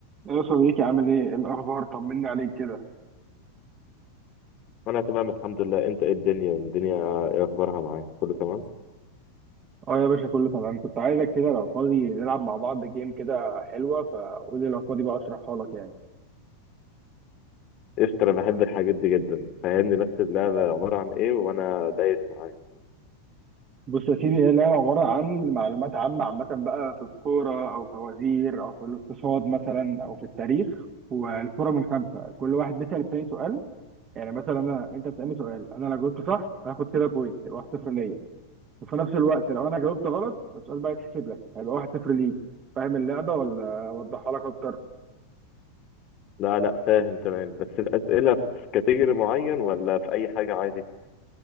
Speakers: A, on the right; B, on the left.
A: يا صديقي عامل ايه إيه الاخبار طمني عليك كده
B: انا تمام الحمد لله انت ايه الدنيا الدنيا ايه اخبارها معاك كله تمام
A: اه يا باشا كله تمام كنت عايزك كده لو فاضي نلعب مع بعض جيم كده حلوة فقول لي لو فاضي بقى اشرحها لك يعني
B: قشطة انا بحب الحاجات دي جدا فهمني بس اللعبة عبارة عن ايه وانا دايس معاك
A: بص يا سيدي هي اللعبه عباره عن معلومات عامه عامه بقى في الكوره او فوازير او في الاقتصاد مثلا او في التاريخ والفوره من خمسه كل واحد بيسال التاني سؤال يعني مثلا انا انت بتسالني سؤال انا لو جاوبت صح هاخد كده بوينت يبقى 1-0 ليا وفي نفس الوقت لو انا جاوبت غلط السؤال بقى يتحسب لك هيبقى 1-0 ليك فاهم اللعبه ولا اوضحها لك اكتر
B: لا لا فاهم تمام بس الاسئلة في كاتيجوري معين ولا في اي حاجة عادي